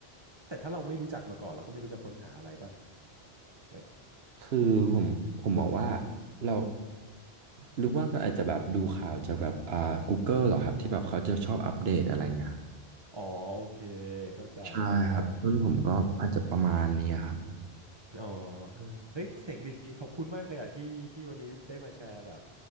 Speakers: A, on the right; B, on the right.
A: แต่ถ้าเราไม่รู้จักมาก่อนเราก็ไม่รู้จะค้นหาอะไรป่ะแบบ
B: คือผมผมมองว่าเราหรือว่าก็อาจจะแบบดูข่าวจากแบบอ่า Google เหรอครับที่แบบเขาจะชอบอัปเดตอะไรเงี้ย
A: อ๋อโอเคเข้าใจเข้าใจ
B: ใช่ครับรุ่นผมก็อาจจะประมาณนี้ครับ
A: อ๋อเออเฮ้ยเสียงดีขอบคุณมากเลยอ่ะที่ที่วันนี้ได้มาแชร์แบบ